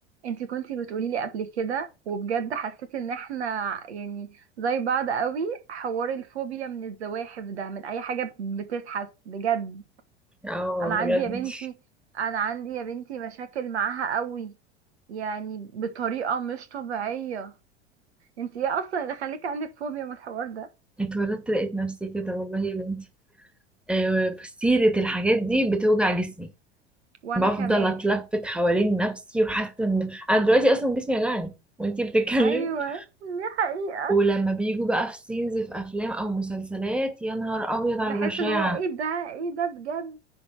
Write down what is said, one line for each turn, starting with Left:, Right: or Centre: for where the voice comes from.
Right: انتي كنتي بتقولي لي قبل كده وبجد حسيت ان احنا يعني زي بعض قوي حوار الفوبيا من الزواحف ده من اي حاجة بتزحف بجد
Centre: اه
Right: انا عندي
Centre: بجد
Right: يا بنتي انا عندي يا بنتي مشاكل معاها قوي يعني بطريقة مش طبيعية انتي ايه اصلا اللي خليكي عندك فوبيا من الحوار ده
Centre: اتولدت لقيت نفسي كده والله يا بنتي آه، سيرة الحاجات دي بتوجع جسمي
Right: وانا
Centre: بفضل
Right: كمان
Centre: اتلفت حوالين نفسي وحاسه ان انا دلوقتي اصلا جسمي وجعني وانتي بتتكلمي
Right: ايوه دي حقيقة
Centre: ولما بيجوا بقى في سينز في افلام او مسلسلات يا نهار ابيض على
Right: بحس
Centre: البشاعه
Right: ان هو ايه ده ايه ده بجد